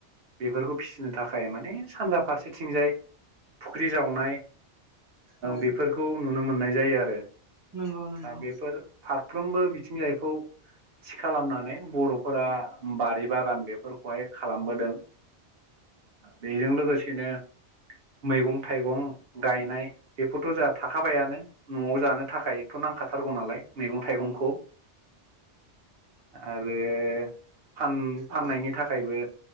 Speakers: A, on the right; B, on the right.
A: बेफोरखौ फिसिनो थाखाय माने सानजा फारसेथिंजाय फुख्रि जावनाय
B: औ
A: बेफोरखौ नुनो मोननाय जायो आरो
B: नंगौ नंगौ
A: दा बेफोर फारफ्रोमबो बिथिंजायखौ थि खालामनानै बर'फोरा बारि बागान बेफोरखौहाय खालामबोदों बेजों लोगोसेनो मैगं थाइगं गायनाय बेफोरथ' जोंहा थाखाबायानो न'आव जानो थाखायथ'ना नांखाथारगौ नालाय मैगं थाइगंखौ आरो फान फाननायनि
B: औ
A: थाखायबो